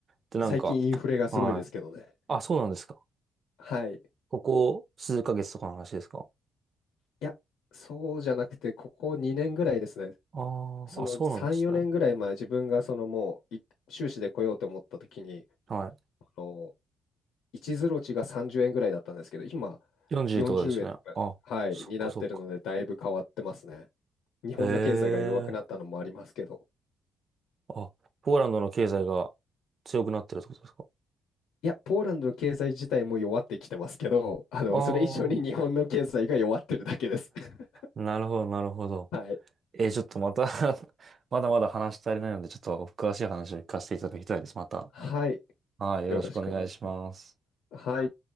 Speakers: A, on the right; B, on the left.
A: で、なんか、
B: 最近インフレがすごいですけどね。
A: はい。あ、そうなんですか。
B: はい。い
A: ここ数ヶ月とかの話ですか。
B: や、そうじゃなくて、ここ2年ぐらいですね。
A: あ
B: その3、
A: あ、あ、そうなんですね。
B: 4年ぐらい前、自分がそのもう、い修士で来ようと思った時に、
A: はい
B: あの、1ゼロ値が30円ぐらいだったんですけど、今、
A: 40とかですね。
B: 40円とか、
A: あ、
B: はい、
A: そっかそっか。
B: になってるので、だいぶ変わってますね。日本の経済が弱くなったのもありますけど、
A: へえ。あ、ポーランドの経済が強くなってるってことですか
B: いや、ポーランドの経済自体も弱ってきてますけど、あの、
A: ああ
B: それ以上に日本の経済が弱ってるだけです。<laughs>
A: ー、なるほど、なるほど。
B: はい。
A: えーちょっとまた <laughs> まだまだ話し足りないので、ちょっと詳しい話を聞かせていただきたいです。また。
B: はい。
A: はい、よろしくお願いします。
B: よろしくお願いします。はい。